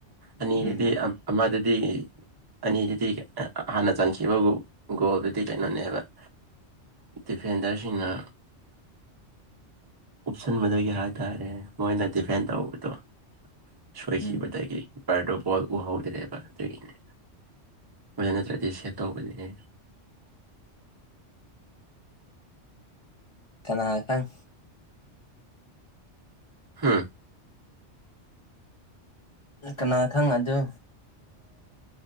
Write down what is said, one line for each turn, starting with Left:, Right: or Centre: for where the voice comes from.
Right: ꯑꯅꯤꯗꯨꯗꯤ
Left: ꯎꯝ
Right: ꯑꯃꯗꯨꯗꯤ ꯑꯅꯤꯗꯨꯗꯤ ꯍꯥꯟꯅ ꯆꯟꯈꯤꯕ ꯒꯣꯜꯗꯨꯗꯤ ꯀꯩꯅꯣꯅꯦꯕ ꯗꯤꯐꯦꯟꯗꯔꯁꯤꯡꯅ ꯎꯞꯁꯟꯕꯗꯒꯤ ꯍꯥꯏꯇꯥꯔꯦ ꯃꯣꯏꯅ ꯗꯤꯐꯦꯟ ꯇꯧꯕꯗꯣ ꯁꯣꯏꯈꯤꯕꯗꯒꯤ
Left: ꯎꯝ
Right: ꯀꯤꯄꯔꯗꯨꯣ ꯕꯣꯜ ꯎꯍꯧꯗ꯭ꯔꯦꯕ ꯑꯗꯨꯒꯤꯅꯦ ꯑꯗꯨꯗ ꯅꯠꯇ꯭ꯔꯗꯤ ꯁꯦꯠ ꯇꯧꯕꯅꯦ
Left: ꯀꯅꯥ ꯈꯪ
Right: ꯍꯥꯝ
Left: ꯀꯅꯥ ꯈꯪ ꯑꯗꯨ